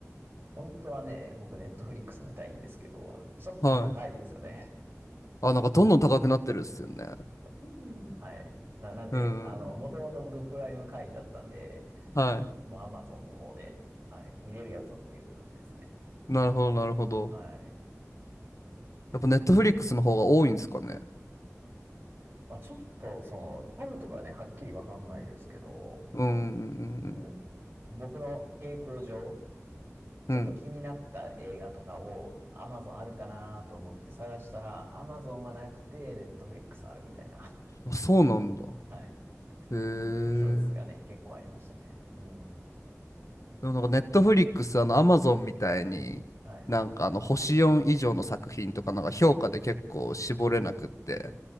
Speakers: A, on the right; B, on the left.
A: 本当はね、僕、ネットフリックス見たいんですけど、ちょっと高いんですよね。
B: はい。あ、なんかどんどん高くなってるっすよね。
A: うんはい。な、なんで、
B: うん。
A: あの、もともと僕、プライム会員だったんで、
B: は
A: もう Amazon の方で、はい、見れるやつを見てる感じですね。
B: い。なるほど、なるほど。
A: はい。
B: やっぱネットフリックスの方が多いんですかね。
A: まあ、ちょっと、その、タルとかね、はっきりわかんないですけど、
B: うん、うん、
A: うん僕の傾向上、ちょっと気になった映画とかを
B: うん。うん。
A: Amazon あるかなと思って探したら Amazon はなくて Netflix あるみたいな、
B: あ、そうなんだ。
A: <laughs> はい。<laughs>
B: へえ。
A: ケースがね、結構ありましたね。うん。
B: でもなんかネットフリックス、あの、アマゾンみたいに、
A: はい。
B: なんかあの、星4以上の作品とか、なんか評価で結構絞れなくって、